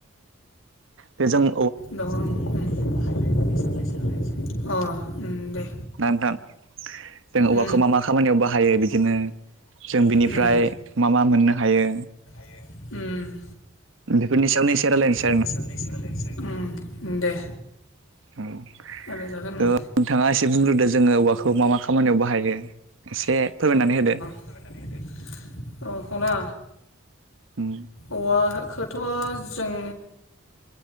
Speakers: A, on the right; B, on the left.
A: बेजों
B: दङ उम उम <unintelligible> अ उम दे
A: ना नोंथां जों औवाखौ
B: उम
A: मा मा खामानियाव बाहायो बिदिनो जों बिनिफ्राय
B: उम
A: मा मा मोननो हायो
B: <unintelligible> ओम
A: बेफोरनि सायावनो एसे रायलायन सो
B: <unintelligible> ओम दे
A: औ ओ
B: रायलायजागोन उम
A: नोंथाङा इसे बुंग्रोदो जोङो औवाखौ मा मा खामानियाव बाहायनो एसे फोरमायनानै होदो
B: <unintelligible> अ खना
A: उम
B: औवाखोथ' जों